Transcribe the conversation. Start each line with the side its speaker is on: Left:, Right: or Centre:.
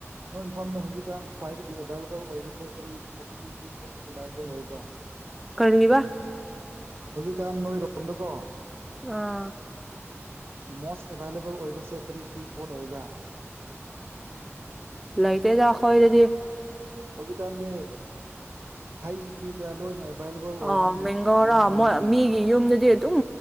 Right: ꯅꯣꯏ ꯃꯐꯝꯗ ꯍꯧꯖꯤꯛꯀꯥꯟ ꯈ꯭ꯋꯥꯏꯗꯒꯤ ꯑꯦꯚꯥꯏꯂꯦꯕꯜ ꯑꯣꯏꯕꯁꯦ ꯀꯔꯤ ꯄꯈ꯭ꯔꯤꯒꯤ ꯄꯣꯥꯠ ꯑꯦꯕꯥꯏꯂꯦꯕꯜ ꯑꯣꯏꯕ꯭ꯔ
Centre: ꯀꯔꯤꯕ
Right: ꯍꯧꯖꯤꯛꯀꯥꯟ ꯅꯣꯏꯔꯣꯝꯗꯀꯣ
Centre: ꯑꯥ
Right: ꯃꯣꯁ ꯑꯦꯕꯥꯏꯂꯦꯕꯜ ꯑꯣꯏꯕꯁꯦ ꯀꯔꯤ ꯀꯔꯤ ꯄꯣꯠ ꯑꯣꯏꯕ꯭ꯔꯥ
Centre: ꯑ <inaudible> ꯂꯩꯇꯦꯗ ꯈꯣꯏꯗꯗꯤ
Right: ꯍꯧꯖꯤꯛꯀꯥꯟꯗꯤ ꯍꯩ ꯀꯔꯤ ꯀꯔꯥ ꯂꯣꯏꯅ ꯑꯦꯕꯥꯏꯂꯦꯕꯜ ꯑꯣꯏꯕꯅꯤꯅ
Centre: ꯑꯣ ꯃꯦꯡꯒꯣꯔ
Right: ꯅꯨꯡꯉꯥꯏꯔꯝꯅꯤꯅꯦ
Centre: ꯃꯤꯒꯤ ꯌꯨꯝꯗꯗꯤ ꯑꯗꯨꯝ